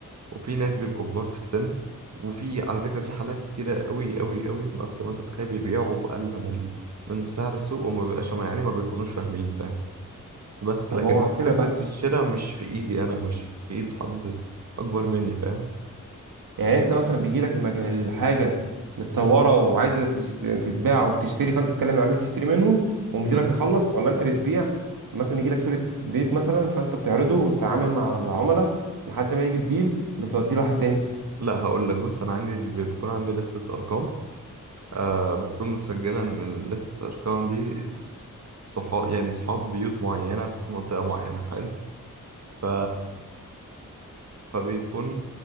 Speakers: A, on the right; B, on the right.
A: وفي ناس بيبقوا كبار في السن وفي على فكرة في حالات كتيرة قوي قوي قوي ما أكتر ما أنت تتخيل بيبيعوا بأقل من ال... من سعر السوق وما بيبقاش يعني ما بيكونوش فاهمين فاهم بس
B: طب
A: لكن
B: هو على كده
A: فكرة
B: بقى
A: الشراء مش في إيدي أنا مش في إيد حد أكبر مني فاهم
B: يعني انت مثلا بيجي لك المج... الحاجة متصورة وعايزة تشت... تتباع او تشتري فانت تتكلم مع العميل تشتري منه ومديرك
A: ل-
B: يخلص ولا انت بتبيع مثلا يجي لك صورة بيت مثلا فانت بتعرضه وتتعامل مع العملاء لحد ما يجي الديل بتوديه لواحد تاني
A: لا هقول لك بص أنا عندي ال- بيكون عندي لستة أرقام آه بتكون متسجلة إن لستة الأرقام دي صحاب يعني صحاب بيوت معينة في منطقة معينة حلو ف فبيكون